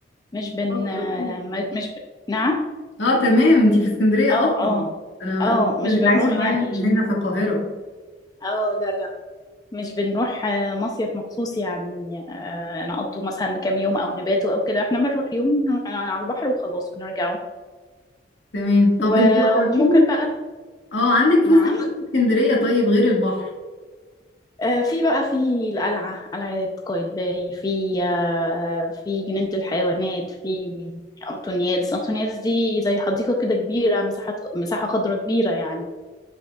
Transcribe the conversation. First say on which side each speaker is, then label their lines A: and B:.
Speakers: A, on the left; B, on the left.
A: مش بن
B: اه
A: آه،
B: تمام.
A: م- مش ب... نعم
B: اه تمام انتي في اسكندرية
A: اه
B: اصلا
A: اه
B: انا
A: اه
B: انا فاكرة
A: مش
B: انك
A: بنروح
B: عايشة معايا
A: يعني
B: هنا في القاهرة
A: اه لا لا مش بنروح آه، مصيف مخصوص يعني آه، نقضوا مثلا كام يوم او نباتوا او كده احنا بنروح يوم نروح على البحر وخلاص ونرجعوا
B: تمام
A: و-
B: طب انتوا عندكم
A: وممكن بقى
B: اه عندك فسح
A: نعم
B: ايه في اسكندرية طيب غير البحر
A: آه، في بقى في القلعة قلعة قايتباي في آه، في جنينة الحيوانات في أنطونيادس أنطونيادس دي زي حديقة كده كبيرة مساحة مساحة خضراء كبيرة يعني